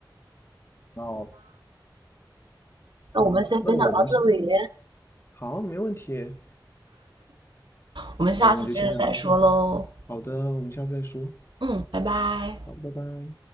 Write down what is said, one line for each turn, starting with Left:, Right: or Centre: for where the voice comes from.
Left: 那
Right: 那我们先分享到这里，
Left: 嗯，那我们今天好，没问题。
Right: 我们下次接着再说喽。
Left: 呃我们就先聊到这儿好的，我们下次再说。
Right: 嗯，拜拜。
Left: 好，拜拜。